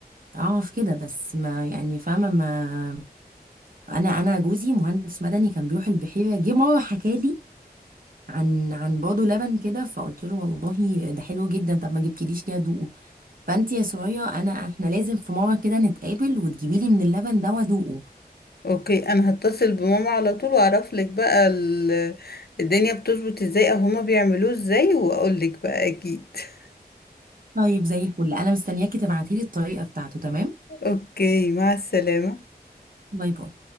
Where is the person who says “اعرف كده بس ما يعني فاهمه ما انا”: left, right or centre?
Right